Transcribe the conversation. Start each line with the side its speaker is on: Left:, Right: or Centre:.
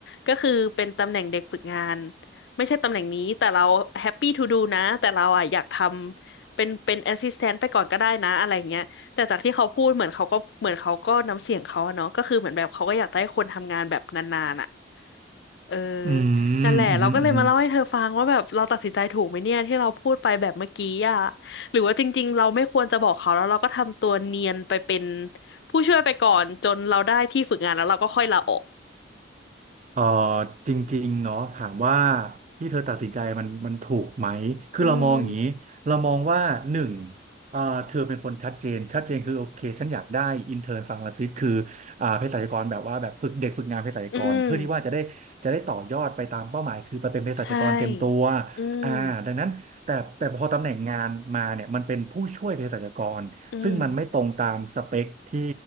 Left: ก็คือเป็นตำแหน่งเด็กฝึกงานไม่ใช่ตำแหน่งนี้แต่เราแฮปปี้ทูดูนะแต่เราอ่ะอยากทำเป็นเป็นแอสซิสแตนต์ไปก่อนก็ได้นะอะไรเงี้ยแต่จากที่เขาพูดเหมือนเขาก็เหมือนเขาก็น้ำเสียงเขาอะเนาะก็คือเหมือนแบบเขาก็อยากได้คนทำงานแบบนานๆอ่ะเออ
Right: อื
Left: นั่นแหละเราก็เลยมาเล่าให้เธอฟังว่าแบบเราตัดสินใจถูกไหมเนี่ยที่เราพูดไปแบบเมื่อกี้อ่ะ
Right: มอืมอืม
Left: หรือว่าจริงๆเราไม่ควรจะบอกเขาแล้วเราก็ทำตัวเนียนไปเป็นผู้ช่วยไปก่อนจนเราได้ที่ฝึกงานแล้วเราก็ค่อยลาออก
Right: เออจริงๆเนาะถามว่าที่เธอตัดสินใจมันมันถูกไหมคือเรามองอย่างนี้เรามองว่าหนึ่ง
Left: อืม
Right: เออเธอเป็นคนชัดเจนชัดเจนคือโอเคฉันอยากได้อินเท n ร์นฟาร์มาซิสคืออ่าเภสัชกรแบบว่าแบบฝึกเด็กฝึกงานเภสัชกรเพื่อที่ว่าจะได้จะได้ต่อยอดไปตามเป้าหมายคือไปเป็นเภสัชกรเต็มตัว
Left: อืมใช่อืม
Right: อ่าดังนั้นแต่แต่พอตำแหน่งงานมาเนี่ยมันเป็นผู้ช่วยเภสัชกรซึ่งมันไม่ตรงตามสเปคที่
Left: อืม